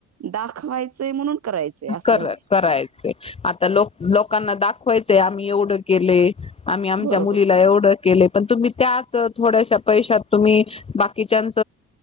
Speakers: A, on the right; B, on the left.
A: दाखवायचंय म्हणून करायचंय असं
B: क
A: झालंय
B: करायचं आता लोक लोकांना दाखवायचंय आम्ही एवढं केले. आम्ही आमच्या
A: बरोबर
B: मुलीला एवढं केले. पण तुम्ही त्याच थोड्याश्या पैशात तुम्ही बाकीच्याच